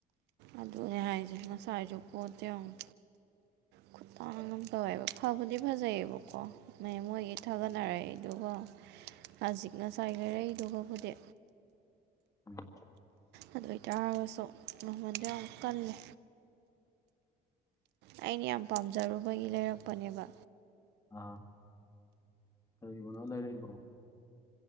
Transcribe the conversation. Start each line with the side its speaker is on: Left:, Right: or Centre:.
Right: ꯑꯗꯨꯅꯦ ꯍꯥꯏꯁꯦ ꯉꯁꯥꯏꯁꯨ ꯄꯣꯠꯇꯣ ꯌꯦꯡꯉꯣ꯫ ꯈꯨꯠ ꯇꯥꯡ ꯑꯃ ꯇꯧꯋꯦꯕ ꯐꯕꯨꯗꯤ ꯐꯖꯩꯌꯦꯕꯀꯣ ꯃꯣꯏꯒꯤ ꯊꯥꯒꯠꯅꯔꯛꯏꯗꯨꯒ꯫ ꯍꯧꯖꯤꯛ ꯉꯁꯥꯏ ꯂꯩꯔꯛꯏꯗꯨꯒꯕꯨꯗꯤ꯫
Left: ꯎꯝ꯫
Right: ꯑꯗꯨ ꯑꯣꯏꯇꯥꯔꯒꯁꯨ ꯃꯃꯟꯗꯣ ꯌꯥꯝ ꯀꯜꯂꯦ꯫ ꯑꯩꯅ ꯌꯥꯝ ꯄꯥꯝꯖꯔꯨꯕꯒꯤ ꯂꯩꯔꯛꯄꯅꯦꯕ꯫
Left: ꯑꯥ ꯀꯔꯤꯕꯅꯣ ꯂꯩꯔꯛꯏꯕꯣ꯫